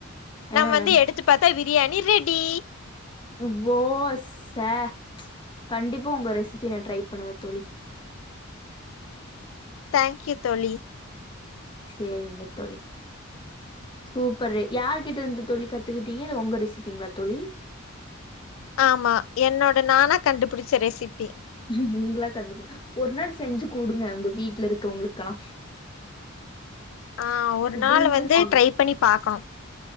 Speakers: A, on the left (about 25°); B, on the left (about 70°).
A: ஆ.
B: நம்ம வந்து எடுத்து பாத்தா பிரியாணி ரெடி
A: வோ சே கண்டிப்பா உங்க ரெசிபி நா ட்ரை பண்ணுவே தோழி
B: தேங்க்யூ தோழி
A: சேரிங்க தோழி சூப்பரு யாரு கிட்ட இருந்து தோழி கத்துக்கிட்டீங்க இத ஒங்க ரெசிபிங்களா தோழி
B: ஆமா என்னோட நானா கண்டுபிடிச்ச ரெசிபி
A: நீங்களா கண்டுபிடி ஒரு நாள் செஞ்சு குடுங்க உங்க வீட்ல இருக்கவங்களுக்கெல்லா
B: ஆ ஒரு
A: புகழ்ந்துருவாங்க
B: நாள் வந்து ட்ரை பண்ணி பாக்கணு